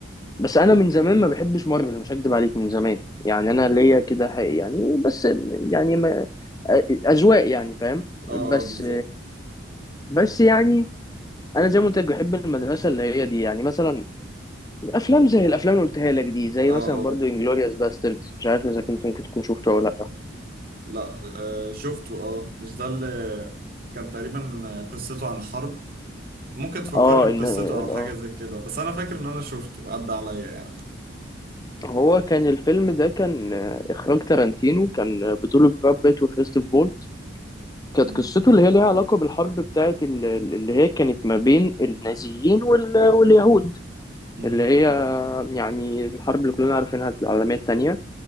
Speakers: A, on the left; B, on the right.
A: بس انا
B: م-
A: من زمان ما بحبش مارفل مش هكدب عليك من زمان يعني انا ليا كده حق- يعني بس يعني ما اذواق يعني فاهم
B: اه
A: بس
B: اه بالظبط
A: بس يعني انا زي ما قلت لك بحب المدرسه اللي هي دي يعني مثلا افلام زي الافلام اللي قلتها لك دي زي
B: اه
A: مثلا
B: اه
A: برضو انجلوريوس باستردز مش عارف اذا كنت ممكن تكون شفته او لا
B: لا آه شفته اه مش ده اللي كان تقريبا قصته عن حرب ممكن تفكرني
A: اه إن...
B: بقصته او حاجه
A: اه
B: زي كده بس انا فاكر ان انا شفته عدى عليا يعني
A: هو كان الفيلم ده كان آه، إخراج تارانتينو كان آه، بطولة براد بيت وكريستوف فولتز كانت
B: مم.
A: قصته اللي هي ليها علاقة بالحرب بتاعة ال- اللي هي كانت ما بين النازيين وال- واليهود
B: مم.
A: اللي هي آه، يعني الحرب اللي كلنا عارفينها العالمية التانية